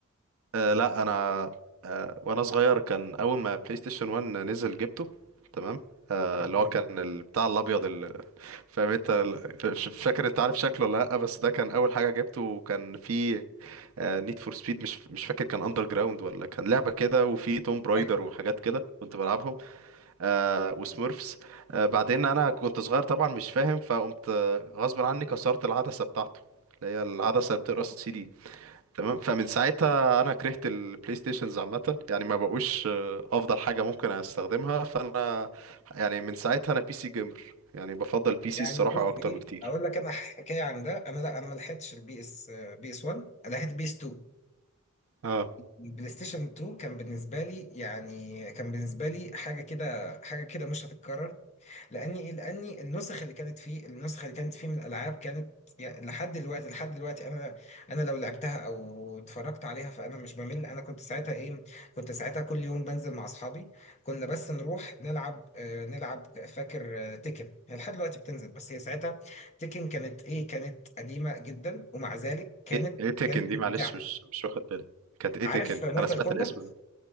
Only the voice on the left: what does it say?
اوكي
ايوه
هو.
يعني
بص
ايه
اقول لك انا حكايه عن ده انا لا انا ما لحقتش البي اس آه، بي اس 1 لحقت بي اس 2
البلاي ستيشن 2 كان بالنسبه لي يعني كان بالنسبه لي حاجه كده حاجه كده مش هتتكرر لاني إيه؟ لاني النسخ اللي كانت فيه النسخ اللي كانت فيه من الالعاب كانت يعني لحد دلوقتي لحد دلوقتي انا انا لو لعبتها او اتفرجت عليها فانا مش بمل انا كنت ساعتها ايه كنت ساعتها كل يوم بنزل مع اصحابي كنا بس نروح نلعب آه نلعب فاكر آه تيكن هي لحد دلوقتي بتنزل بس هي ساعتها تيكن كانت ايه كانت قديمه جدا ومع ذلك كانت
كانت
ممتعه
عارف
مورتال
كومبات